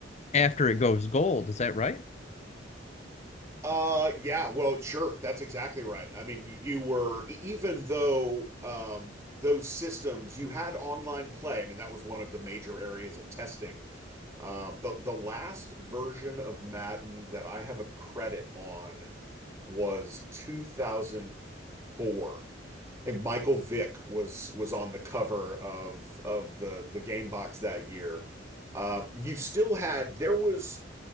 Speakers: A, on the left; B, on the right.
A: after it goes gold. Is that right?
B: Uh yeah, well sure, that's exactly right. I mean, you were e- even though um those systems you had online play. I mean, that was one of the major areas of testing. Um the the last version of Madden that I have a credit on was 2004. I think Michael Vick was was on the cover of of the the game box that year. Um, you still had there was